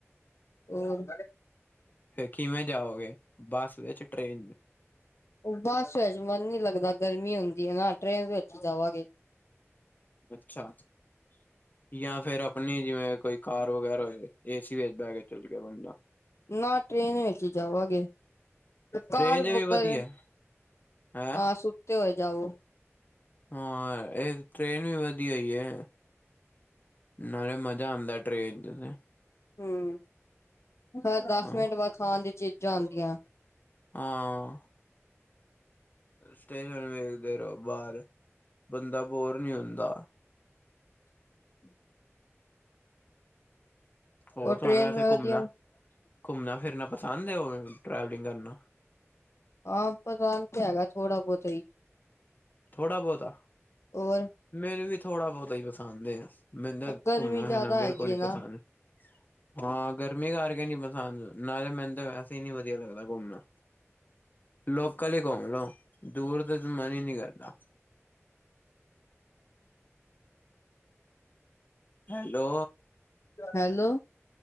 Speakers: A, on the left; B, on the left.
A: ਹੋਰ,
B: ਫਿਰ ਕਿਵੇਂ ਜਾਓਗੇ ਬੱਸ ਵਿੱਚ, ਟ੍ਰੇਨ ਚ
A: ਉਹ ਬੱਸ ਵਿਚ ਮਨ ਨਹੀਂ ਲੱਗਦਾ ਗਰਮੀ ਹੁੰਦੀ ਨਾ, ਟ੍ਰੇਨ ਵਿੱਚ ਹੀ ਜਾਵਾਂਗੇ।
B: ਅੱਛਾ ਜਾਂ ਫੇਰ ਆਪਣੀ ਜਿਵੇਂ ਕੋਈ ਕਾਰ ਵਗੈਰਾ ਹੋਏ, ਏ ਸੀ ਦੇ ਵਿੱਚ ਬਹਿ ਕੇ ਚੱਲ ਗਿਆ ਬੰਦਾ।
A: ਨਾ ਟ੍ਰੇਨ ਵਿੱਚ ਜਾਵਾਂਗੇ, ਕਾਰ
B: ਟ੍ਰੇਨ ਚ
A: ਬੁੱਕ
B: ਵੀ ਵਧੀਆ
A: ਕਰ
B: ਹੈਂ
A: ਆਹ ਸੁੱਤੇ ਹੋਏ ਜਾਓ।
B: ਹਾਂ, ਇਹ ਟ੍ਰੇਨ ਵੀ ਵਧੀਆ ਈ ਐ। ਨਾਲੇ ਮਜ਼ਾ ਆਂਦਾ ਟ੍ਰੇਨ ਤੇ- ਤੇ।
A: ਹੂੰ, ਫੇਰ ਦਸ
B: ਹਾਂ
A: ਮਿੰਟ ਬਾਅਦ ਖਾਣ ਦੀ ਚੀਜ਼ਾਂ ਆਂਦੀਆਂ।
B: ਹਾਂ, ਸਟੇਸ਼ਨ ਵੇਖਦੇ ਰਹੋ, ਬਾਹਰ ਬੰਦਾ ਬੋਰ ਨੀ ਹੁੰਦਾ। <inaudible> ਹੋਰ
A: ਉਹ
B: ਤੁਹਾਨੂੰ
A: ਟ੍ਰੇਨ
B: ਵੈਸੇ
A: ਵਧੀਆ
B: ਘੁੰਮਣਾ- ਘੁੰਮਣਾ ਫਿਰਨਾ ਪਸੰਦ ਐ, ਉਹ ਟਰੈਵਲਿੰਗ ਕਰਨਾ।
A: ਹਾਂ ਪਸੰਦ ਤੇ ਹੈਗਾ, ਥੋੜਾ ਬਹੁਤਾ ਹੀ।
B: ਥੋੜਾ ਬਹੁਤਾ,
A: ਹੋਰ
B: ਮੈਨੂੰ ਵੀ ਥੋੜਾ ਬਹੁਤਾ ਹੀ ਪਸੰਦ ਏ। ਮੈਨੂੰ ਤਾਂ
A: ਗਰਮੀ
B: ਘੁੰਮਣਾ
A: ਜ਼ਿਆਦਾ
B: ਫਿਰਨਾ ਬਿਲਕੁਲ
A: ਹੈਗੀ
B: ਨੀ
A: ਹੈ ਨਾ
B: ਪਸੰਦ, ਹਾਂ ਗਰਮੀ ਕਰਕੇ ਨੀ ਪਸੰ ਹਨ, ਨਾਲੇ ਮੈਨੂੰ ਤਾਂ ਵੈਸੇ ਹੀ ਨੀ ਵਧੀਆ ਲੱਗਦਾ ਘੁੰਮਣਾ। ਲੋਕਲ ਹੀ ਘੁੰਮ ਲੋ, ਦੂਰ ਤਾਂ ਮਨ ਹੀ ਨੀ ਕਰਦਾ। <unintelligible> ਹੈਲੋ
A: ਹੈਲੋ